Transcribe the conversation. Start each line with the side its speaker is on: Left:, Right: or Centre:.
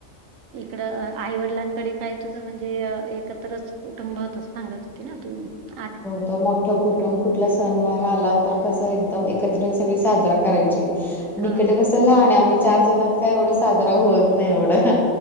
Right: इकड आईवडिलांकडे काय तुझं म्हणजे एकत्रच कुटुंब त सांगत होती ना तू आज
Centre: त मोठ कुटुंब कुठल्या सण वार आला तर कसं एकदम एकत्रित सगळी साजरा करायची आणि
Right: हो
Centre: इकडडें कसं लहान आम्ही चार जणत काय एवढं साजरा होत नाही एवढं